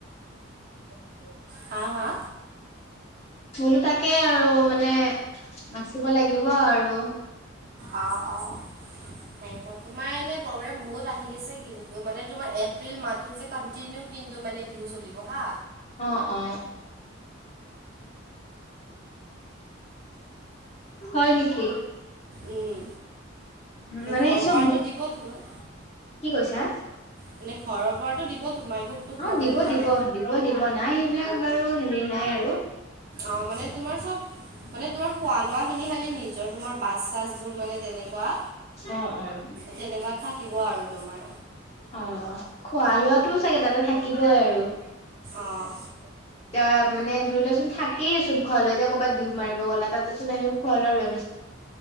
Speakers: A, on the left; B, on the right.
A: উ <unintelligible>
B: হ হা?
A: বোলো তাকে আৰু মানে নাচিব লাগিব আৰু।
B: অ', অ' সবোৰ তোমাৰ এনে প্ৰব্ৰেম বহুত আহি গৈছে কিন্তু মানে তোমাৰ এপ্ৰিল মাহটো যে কণ্টিনিউ কি তটো মানে বিহু চলিব হা।
A: অ অ হয় নেকি।
B: উম,।
A: মানে
B: ঘৰৰ
A: চব
B: পৰাতো দিব তোমাক।
A: কি কৈছা?
B: মানে ঘৰৰ পৰাতো দিব তোমাৰ একোতো প্ৰব্লেম
A: অ' দিব
B: নাই
A: দিব দিব দিব নাই সেইবিলাক বাৰু নাই আৰু।
B: অ' মানে তোমাৰ চ'ব মানে তোমাৰ খোৱা লোৱা খিনি খালি নিজৰ তোমাৰ বাছ চাছবোৰ মানে তেনেকুৱা
A: অ', উম।
B: তেনেকুৱাত থাকিব আৰু তোমাৰ
A: অ' খোৱা লোৱাতটো চাগে তাতে থাকিবই আৰু। এতিয়া
B: অঁ।
A: মানে ধৰি লোৱাচোন থাকেইেচোন খোৱাৈ এতিয়া ক'বাত বিহু মাৰিব গ'ল তাততেন নো খোৱা লোৱাৰ ব্য